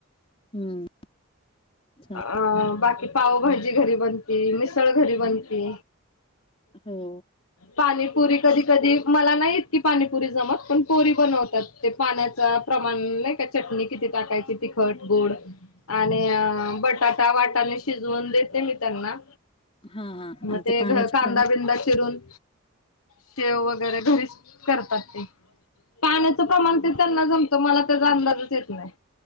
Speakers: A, on the left; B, on the left.
A: हम्म. छान.
B: अ बाकी पावभाजी घरी बनती मिसळ घरी बनती.
A: हो.
B: पाणीपुरी कधी कधी मला नाही इतकी पाणीपुरी जमत पण पोरी बनवत्यात. ते पाण्याचा प्रमाण नाही का चटणी किती टाकायची तिखट गोड आणि बटाटा वाटाने शिजवून देते मी त्यांना.
A: हा हा
B: मग
A: आणि
B: ते
A: पाण्याचे
B: घ कांदा
A: प्रमाण
B: बिंदा चिरून सेव वगैरे घरीच करतात ते. पाण्याचं प्रमाण ते त्यांना जमतं मला त्याचा अंदाजच येत नाही.